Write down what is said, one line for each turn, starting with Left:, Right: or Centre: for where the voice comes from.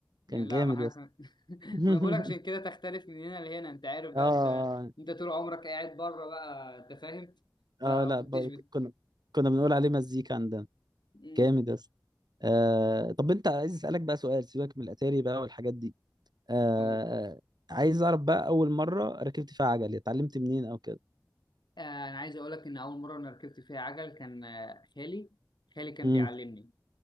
Left: لا
Right: كان جامد
Left: ما احنا
Right: يا اسطى
Left: <laughs>
Right: <laughs>
Left: ما أنا بقولك عشان كده تختلف من هنا لهنا انت عارف بقى
Right: اه
Left: انت انت طول عمرك قاعد بره بقى انت فاهم
Right: اه
Left: فما
Right: لا
Left: كنتش
Right: برضه
Left: بت...
Right: كنا كنا بنقول عليه مزيكا عندنا
Left: امم
Right: جامد يا اسطى آه طب انت عايز اسالك بقى سؤال سيبك من الاتاري بقى والحاجات دي آه
Left: أوه.
Right: آه، عايز اعرف بقى اول مره ركبت فيها عجل اتعلمت منين او كده
Left: آه انا عايز اقول لك ان اول مره انا ركبت فيها عجل كان آه، خالي خالي كان
Right: امم
Left: بيعلمني